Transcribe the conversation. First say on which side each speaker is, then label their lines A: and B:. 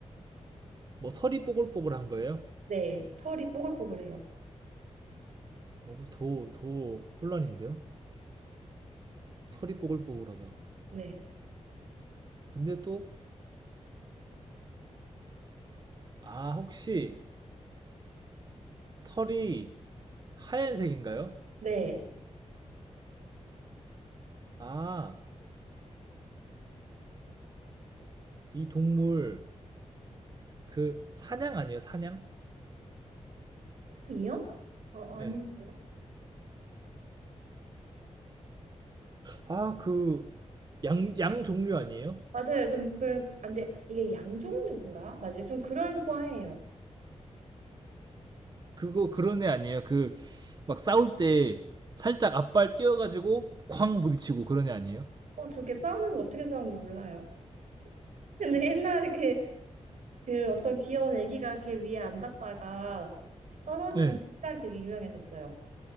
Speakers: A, on the right; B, on the right.
A: 뭐 털이 뽀글뽀글한 거예요?
B: 네. 털이 뽀글뽀글해요.
A: 어더더 혼란인데요? 털이 뽀글뽀글하다.
B: 네.
A: 근데 또 아 혹시 털이 하얀색인가요?
B: 네.
A: 아 이 동물 그 사냥 아니에요 사냥?
B: 탑이요? 어, 아닌데요?
A: 네. 아, 그 양, 양 종류 아니에요?
B: 맞아요. 좀 그런 안 돼. 이게 양종류인가? 맞아요. 좀 그런 과예요.
A: 그거 그런 애 아니에요? 그 막 싸울 때 살짝 앞발 뛰어가지고 쾅 부딪히고 그런 애 아니에요?
B: 어, 저게 싸우는 거 어떻게 싸우는지 몰라요. 근데 옛날에 이렇게 그 어떤 귀여운 애기가 이렇게 위에 앉았다가 떨어지는
A: 네.
B: 딸 되게 유명했었어요.